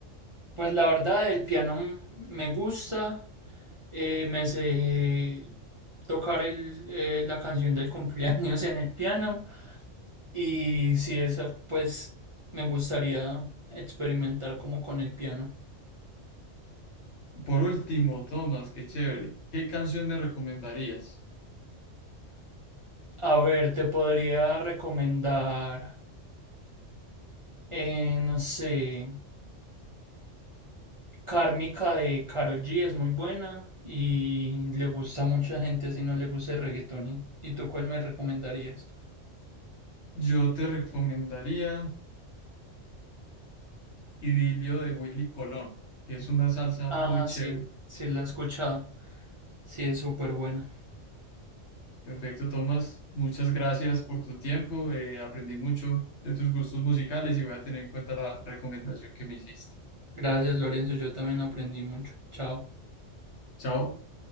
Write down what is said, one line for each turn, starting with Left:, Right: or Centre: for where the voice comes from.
Right: Pues la verdad, el piano m- me gusta. eh, me sé tocar el, eh, la canción del cumpleaños en el piano. Y si esa, pues me gustaría experimentar como con el piano.
Left: Por último, Tomás, qué chévere. ¿Qué canción me recomendarías?
Right: A ver, te podría recomendar, eh, no sé, Kármica de Karol G es muy buena y le gusta a mucha gente, así no le gusta el reggaetón. ¿Y, y tú cuál me recomendarías?
Left: Yo te recomendaría Idilio de Willy Colón, que es una salsa
Right: Ah,
Left: muy chévere.
Right: sí, sí, la he escuchado. Sí, es súper buena.
Left: Perfecto, Tomás. Muchas gracias por tu tiempo. eh, aprendí mucho de tus gustos musicales y voy a tener en cuenta la recomendación que me hiciste.
Right: Gracias, Lorenzo, yo también aprendí mucho. Chao.
Left: Chao.